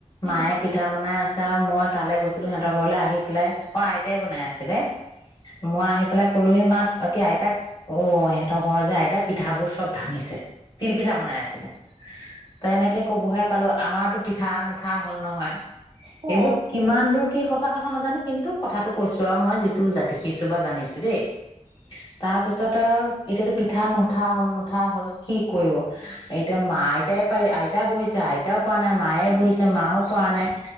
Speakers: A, on the right; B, on the left.
A: উম
B: মায়ে পি পিঠা বনাই আছে আৰু, মই তালৈ গৈছিলোঁ, সিহঁতৰ ঘৰলৈ আহি পেলাই, অ', আইতাই বনাই আছিলে। মই আহি পেলাই ক'লোহি মাক কি আইতাক, অ', ইহঁতৰ ঘৰ যে আইতা, পিঠাবোৰ চব ভাঙিছে। তিল পিঠা বনাই আছিলে। তেনেকে কবহে পালোঁ, আমাৰতো পিঠা নুঠা হল নহয়।
A: অ
B: এইবোৰ কিমান দূৰ কি সঁচা কথা নাজানো, কিন্তু কথাটো কৈছোঁ আৰু মই যিটো জাতি দেখিছোঁ বা জানিছোঁ দেই। তাৰপিছত আৰু এতিয়াতো পিঠা নুঠা হ'ল, নুঠা হ'ল, কি কৰিব? এতিয়া মাই পাৰি, আইতা বহিছে আইতাও পৰা নাই, মায়ে
A: উম
B: বহিছে মাও পৰা নাই।